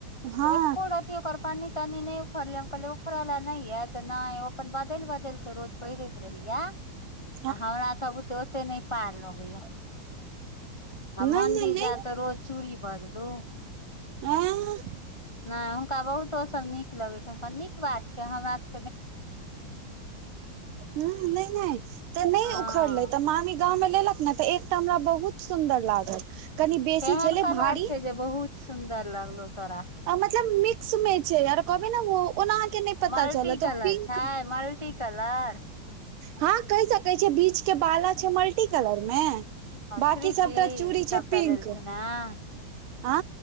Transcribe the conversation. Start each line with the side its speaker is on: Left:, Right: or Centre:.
Right: हँ
Left: से एको र ती ओकर पन्नी तन्नी नहि उखड़लै हम कहलियै उखड़ल ल नहि हे तऽ नहि अपन बदलि बदलि के रोज पहिरैत रहै ये
Right: <inaudible>
Left: आ हमरा सब बुते ओते नै पार लगैया आ
Right: नहि
Left: मंन्दिर
Right: नहि नहि
Left: जायब तऽ रोज चूड़ी बदलू
Right: आँ
Left: नय हुनका बहुतो ओ सब नीक लगै छैन नीक बात छै हमरा सब
Right: हूँ नै नै तऽ नै
Left: हँ
Right: उखड़लै तऽ मामी गाँं मे लेलक न तऽ एकटा हमरा बहुत सुंन्दर लागल कनि बेसी
Left: केहन
Right: छलै
Left: कलर
Right: भारी
Left: छै जे बहुत सुन्दर लगलौ तोरा
Right: मतलब मिक्स मे छै आर कहबै न ओना अहाँके पता
Left: मल्टी
Right: चलत ओ
Left: कलर
Right: पिंक
Left: छाय मल्टी कलर
Right: हँ कहि सकै छियै बीच के बाला छै मल्टी कलर मे बाकी
Left: थ्री
Right: सबटा
Left: पीस
Right: चूड़ी
Left: सबटा
Right: छै पिंक
Left: लेलखिन हँ
Right: आ